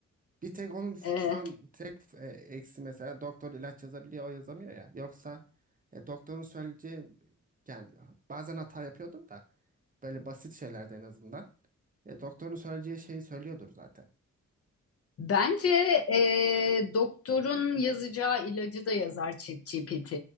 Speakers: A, on the right (about 25°); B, on the left (about 45°).
A: Bir tek onun f-
B: Ee,
A: şu an tek f- e, eksi mesela doktor ilaç yazabiliyor o yazamıyor ya. Yoksa e, doktorun söyleyeceği yani bazen hata yapıyordur da böyle basit şeylerde en azından. E, doktorun söyleyeceği şeyi söylüyordur zaten.
B: bence e, doktorun yazacağı ilacı da yazar ChatGPT.